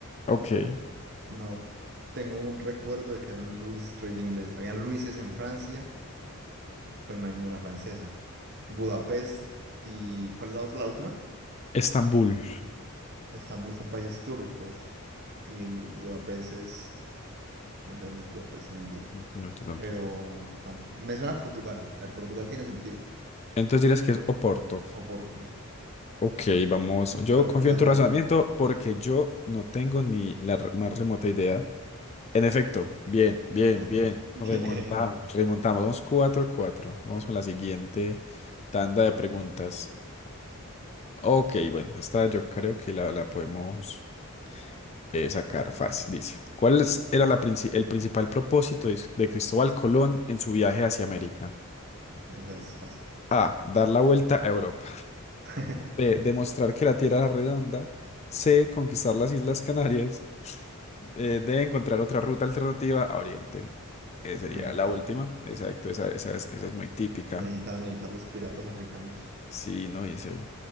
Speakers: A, on the left; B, on the right.
A: Ok.
B: No tengo un recuerdo de que haya un Luis rey de inglés. Habían Luises en Francia, pero no hay ninguna francesa. Budapest y ¿cuál es la otra? La última.
A: Estambul.
B: Estambul son países turcos y Bu- Budapest es, no sé dónde es Budapest, se me olvida.
A: No, yo tampoco.
B: Pero tampoco, me suena a Portugal. A ver, Portugal tiene sentido.
A: Entonces dirás que es Oporto.
B: O Porto,
A: Ok, vamos. Yo
B: pero
A: confío
B: por esa
A: en
B: lógica.
A: tu razonamiento porque yo no tengo ni la r- más remota idea. En efecto, bien, bien,
B: Corto.
A: bien.
B: <laughs>
A: Remontamos,
B: Bien.
A: remontamos. Vamos cuatro, cuatro. Vamos con la siguiente tanda de preguntas. Ok, bueno, esta yo creo que la, la podemos eh, sacar fácil. Dice, ¿cuál es- era la princi- el principal propósito de, de Cristóbal Colón en su viaje hacia América?
B: Ok, esa es fácil.
A: A, dar la vuelta a Europa.
B: <laughs>
A: B, demostrar que la Tierra era redonda. C, conquistar las Islas Canarias. eh, de encontrar otra ruta alternativa a Oriente. Eh, sería
B: Oriente,
A: la última.
B: de pa.
A: Exacto, esa, esa es, esa es muy típica.
B: Necesitaban evitar los piratas africanos.
A: Sí, no, y ese.